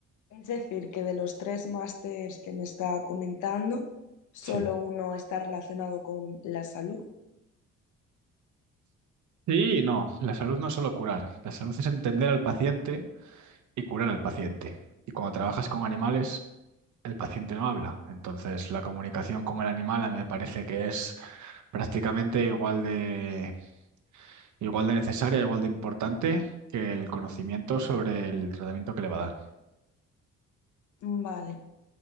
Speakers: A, on the left; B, on the right.
A: Es decir, que de los tres másters que me está comentando, solo
B: Sí.
A: uno está relacionado con la salud.
B: Sí, y no, la salud no es solo curar, la salud es entender al paciente y curar al paciente. Y cuando trabajas con animales, el paciente no habla. Entonces, la comunicación con el animal a mí me parece que es prácticamente igual de, igual de necesaria, igual de importante que el conocimiento sobre el tratamiento que le va a dar.
A: Vale,